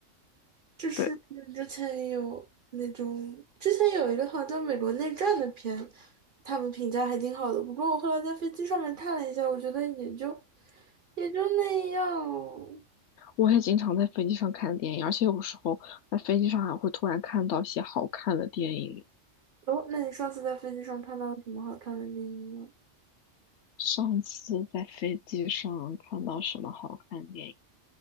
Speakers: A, on the right; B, on the left.
A: 就是之前有那种，
B: 对，
A: 之前有一个好像美国内战的片，他们评价还挺好的，不过我后来在飞机上面看了一下，我觉得也就也就那样。
B: 我也经常在飞机上看电影，而且有时候在飞机上还会突然看到一些好看的电影。
A: 哦，那你上次在飞机上看到什么好看的电影吗？
B: 上次在飞机上看到什么好看的电影？